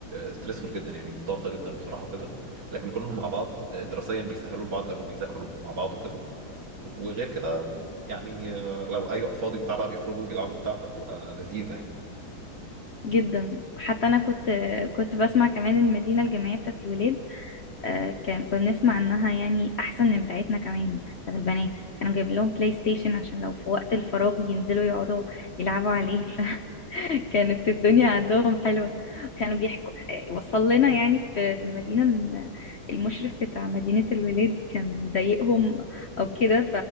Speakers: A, on the right; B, on the left.
A: ستريسفول جدا يعني ضغطة جدا بصراحة وكده لكن كونهم مع بعض آه، دراسيا بيسهلوا لبعض لانهم بيذاكروا مع بعض وكده وغير كده يعني آه، لو اي وقت فاضي وبتاع بقى بيخرجوا بيلعبوا بتاع فبتبقى لذيذة يعني
B: جدا حتى أنا كنت كنت بسمع كمان المدينة الجامعية بتاعت الولاد آه، كان كنا نسمع انها يعني احسن من بتاعتنا كمان بتاعت البنات كانوا جايب لهم بلاي ستيشن عشان لو في وقت الفراغ ينزلوا يقعدوا يلعبوا عليه <laughs> فكانت الدنيا عندهم حلوة كانوا بيحكوا آه، وصل لنا يعني في في المدينة إن المشرف بتاع مدينة الولاد كان ضايقهم او كده